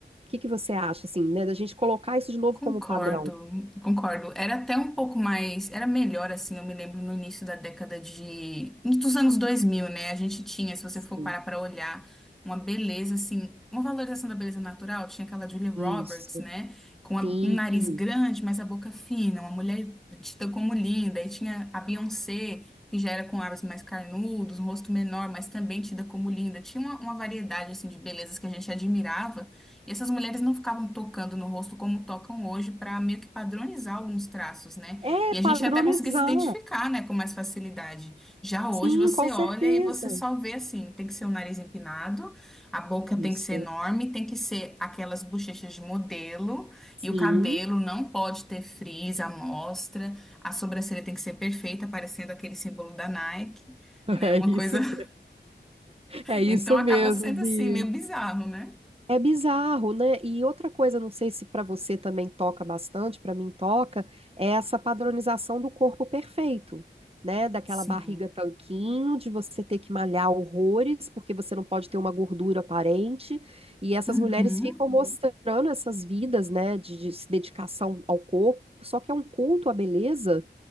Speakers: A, on the right; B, in the centre.
A: O que que você acha, assim, né? Da gente colocar isso de novo
B: Concordo,
A: como padrão.
B: concordo. Era até um pouco mais, era melhor assim, eu me lembro no início da década de, dos anos 2000, né? A gente tinha, se você
A: assim.
B: for parar para olhar, uma beleza assim, uma valorização da beleza natural, tinha aquela Julia Roberts,
A: Isso,
B: né? Com a-
A: sim.
B: um nariz grande, mas a boca fina, uma mulher dita como linda, e tinha a Beyoncé, que já era com lábios mais carnudos, um rosto menor, mas também tida como linda. Tinha uma, uma variedade assim de belezas que a gente admirava. Essas mulheres não ficavam tocando no rosto como tocam hoje para meio que padronizar alguns traços, né?
A: É,
B: E a
A: padronizar.
B: gente até conseguia se identificar, né, com mais facilidade. Já hoje
A: Sim,
B: você
A: com certeza.
B: olha e você só vê assim, tem que ser o nariz empinado, a boca
A: Isso.
B: tem que ser enorme, tem que ser aquelas bochechas de modelo
A: Sim.
B: e o cabelo não pode ter frizz, amostra, a sobrancelha tem que ser perfeita, parecendo aquele símbolo da Nike,
A: <laughs>
B: né?
A: É
B: Uma
A: isso,
B: coisa. <laughs>
A: é isso
B: Então acaba
A: mesmo,
B: sendo
A: Bia.
B: assim meio bizarro, né?
A: É bizarro, né? E outra coisa, não sei se para você também toca bastante, para mim toca, é essa padronização do corpo perfeito, né? Daquela
B: Sim.
A: barriga tanquinho, de você ter que malhar horrores, porque você não pode ter uma gordura aparente. E essas
B: Uhum.
A: mulheres ficam mostrando essas vidas, né, de, de dedicação ao corpo, só que é um culto à beleza